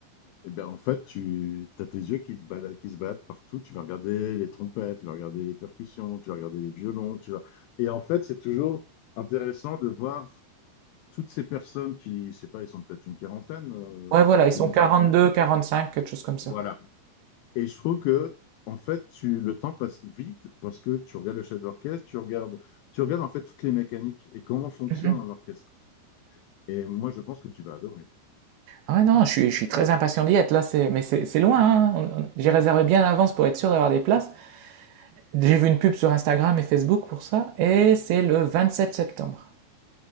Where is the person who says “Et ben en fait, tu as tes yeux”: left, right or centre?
Left